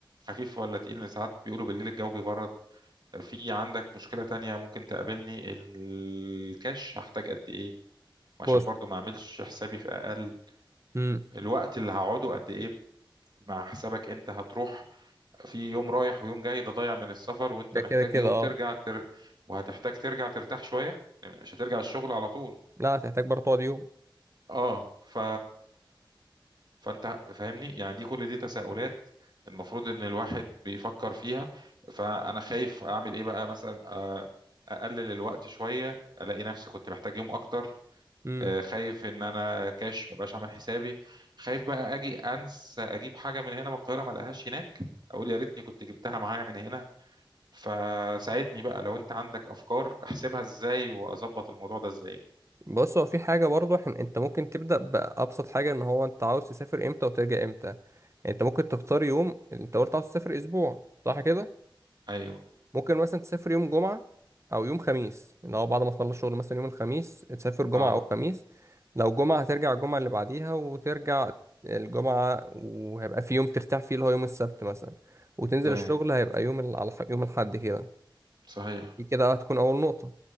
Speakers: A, on the right; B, on the right.
A: خفيف ولا تقيل لأن ساعات بيقولوا بالليل الجو بيبرد آه، في عندك مشكله تانية ممكن تقابلني الكاش هحتاج قد ايه عشان
B: بص
A: برضو ما اعملش حسابي في اقل
B: امم
A: الوقت اللي هقعده قد ايه مع حسابك انت هتروح في يوم رايح ويوم جاي ده ضايع من السفر وانت
B: ده
A: محتاج
B: كده كده
A: يوم
B: اه
A: ترجع تر... وهتحتاج ترجع ترتاح شوية مش هترجع الشغل على طول
B: لا هتحتاج برضه تقعد يوم
A: اه ف فانت فاهمني يعني دي كل دي تساؤلات المفروض ان الواحد بيفكر فيها فانا خايف اعمل ايه بقى مثلا آه، اقلل الوقت شوية الاقي نفسي كنت محتاج يوم اكتر
B: امم
A: آه، خايف ان انا كاش مبقاش عامل حسابي خايف بقى اجي انسى اجيب حاجه من هنا من القاهره ما الاقيهاش هناك اقول يا ريتني كنت جبتها معايا من هنا فساعدني بقى لو انت عندك افكار احسبها ازاي واظبط الموضوع ده ازاي
B: بص هو في حاجة برضه حن... انت ممكن تبدأ بأبسط حاجة ان هو انت عاوز تسافر امتى وترجع امتى يعني انت ممكن تختار يوم انت قلت عاوز تسافر اسبوع صح كده
A: ايوه
B: ممكن مثلا تسافر يوم جمعة أو يوم خميس اللي هو بعد ما تخلص شغل مثلا يوم الخميس تسافر جمعة
A: اه
B: أو خميس لو جمعة
A: مم.
B: هترجع الجمعة اللي بعديها وترجع الجمعة وهيبقى في يوم ترتاح فيه اللي هو يوم السبت مثلا وتنزل
A: تمام
B: الشغل هيبقى يوم ال... على ح- يوم الأحد كده
A: صحيح
B: دي كده هتكون أول نقطة